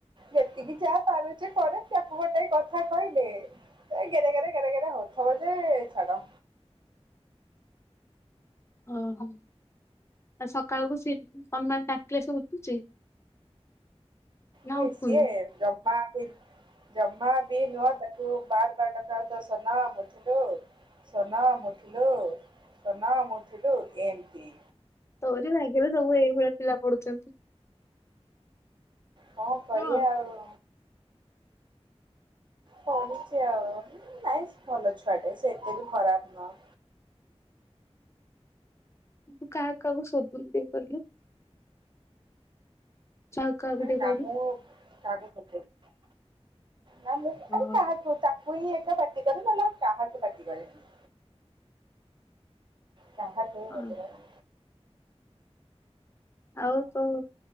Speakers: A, on the right; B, on the left.
A: ଯେତିକି ଯାହା ପାରୁଛି କରେ ତାକୁ ଗୋଟେ କଥା କହିଲେ ସେ ଗେରେ ଗେରେ ଗେରେ ଗେରେ ହଉଥିବ ଯେ ଛାଡ।
B: ଓହୋ ଆ ସକାଳକୁ ସିଏ ସମାନ ଡାକିଲେ ସେ ଉଠୁଛି? ନା
A: କିଏ
B: ଉଠୁନି?
A: ସିଏ ଜମାବି ଜମା ବି ନୁହଁ ତାକୁ ବାର ବାର ଡକା ହୋଇଥିବ ସନା ଉଠିଲୁ। ସୋନା ମୁଠିଲୁ ସୋନା ମୁଠିଲୁ ଏମତି।
B: ତୋରି ଭାଗ୍ୟରେ ସବୁ ଏଇଭଳିଆ ପିଲା ପଢୁଛନ୍ତି।
A: କଣ କରିବା
B: ନୁହଁ
A: ଆଉ। ପଢିଛି ଆଉ ନାଇଁ ସେ ଭଲ ଛୁଆଟେ ସେ ଏତେ ବି ଖରାପ ନୁହଁ।
B: କିନ୍ତୁ କାହା କାହାକୁ ସୋଧୁନୁ ଟିକେ କହିଲୁ? କାହାକୁ କାହାକୁ
A: ଆରେ
B: ଟିକେ
A: ନା
B: କହିଲୁ
A: ମୁ କାହାକୁ ସୋଧେନି ନା ମୁ ଆରେ
B: ଓହୋ।
A: କାହା ପୁଅ ତା ତାକୁ ହିଁ ପାଟି କରେ ନହେଲେ କାହାକୁ ପାଟି କରେନି। ଯାହାକୁ
B: ହଁ
A: ମୋତେ ଜନା
B: ଆଉ ତୋ